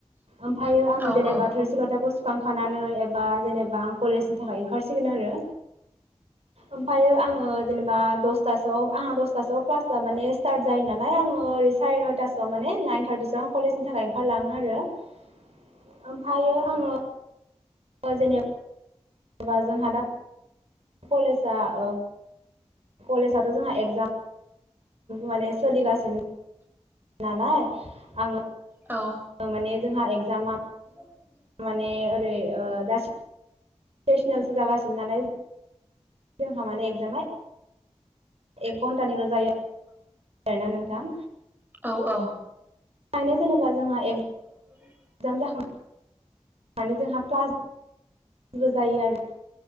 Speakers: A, on the right; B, on the right.
A: ओमफ्राय आङो
B: औ
A: जेनेबा
B: औ
A: थोरसि लथाखौ सुखांखानानै एबा जेनेबा कलेजनि थाखाय ओंखारसिगोन आरो ओमफ्रायो आङो जेनेबा दसथा सोयाव आंहा दसथा सोयाव क्लासा माने स्टार्ट जायो नालाय आङो ओरै साराय नयथासोआव माने नाइन थारटिसो आं कलेजनि थाखाय ओंखारलाङो आरो ओमफ्रायो आङो ओ जेने बा जोंहा दा कलेसा ओ कलेजाथ जोंहा एगजाम माने सोलिगासिन नालाय आङो
B: औ
A: माने जोंहा एगजामा
B: <inaudible>
A: माने ओरै ओ दा सेसनेलसो जागासिनो नालाय जोंहा माने एगजामा एक घन्टानिल' जायो। <unintelligible> नोंथां
B: औ औ
A: खायनो जेनेबा जोंहा एक
B: <inaudible>
A: जाम जा खांनानै जोंहा क्लास बो जायो आरो